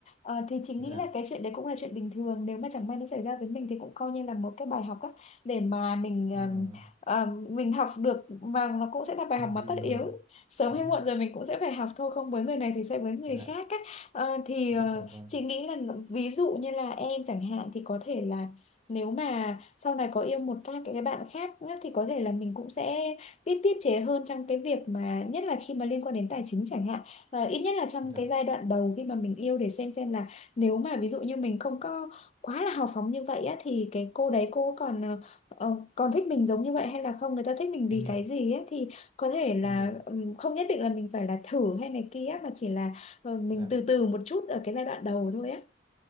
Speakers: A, on the left; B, on the right.
A: Ờ, thì chính
B: dạ
A: nghĩ là cái chuyện đấy cũng là chuyện bình thường nếu mà chẳng may nó xảy ra với mình thì cũng coi như là một cái bài học á để mà mình
B: là
A: ờm, ờm, mình học được và nó cũng sẽ là bài
B: mình
A: học mà
B: nhìn
A: tất
B: người
A: yếu sớm
B: đúng
A: hay
B: không
A: muộn
B: ạ?
A: rồi mình cũng sẽ phải học thôi không với người này thì sẽ với người
B: dạ
A: khác á Ờ, thì
B: Dạ
A: ờ,
B: vâng,
A: chị nghĩ là ví dụ như là em chẳng hạn thì có thể là nếu mà sau này có yêu một các cái bạn khác nữa thì có thể là mình cũng sẽ biết tiết chế hơn trong cái việc mà nhất là khi mà liên quan đến tài chính chẳng hạn và ít nhất là trong
B: dạ,
A: cái giai đoạn đầu khi mà mình yêu để xem xem là nếu mà ví dụ như mình không có quá là hào phóng như vậy á thì cái cô đấy cô còn ờ, ờ, còn thích mình giống như vậy hay là không người ta thích mình
B: em
A: vì
B: hiểu,
A: cái gì á thì có thể là
B: em hiểu,
A: ừm, không nhất định là mình phải là thử hay này kia mà chỉ là Ờ, mình
B: dạ,
A: từ từ một chút ở cái giai đoạn đầu thôi á